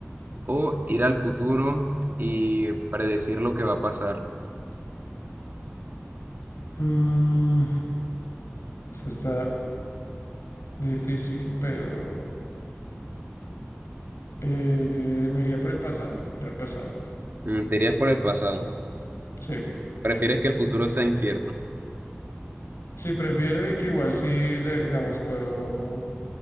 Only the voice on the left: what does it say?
Mm, eso está difícil, pero eh, me iría por el pasado, ir al pasado.
Sí.
Sí, prefiero y que igual sí, de- digamos, puedo,